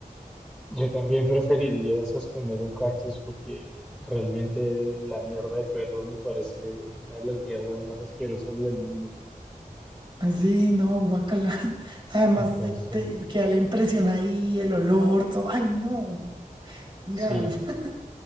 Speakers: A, in the centre; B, on the right.
A: Yo también preferiría sostener un cactus porque realmente la mierda de perro me parece una de las mierdas más asquerosas del mundo.
B: <laughs> Así, no, guacala. <laughs> Además,
A: Entonces,
B: te, te queda la impresión ahí, el olor, todo. Ay, no. Gas.
A: sí,
B: <laughs>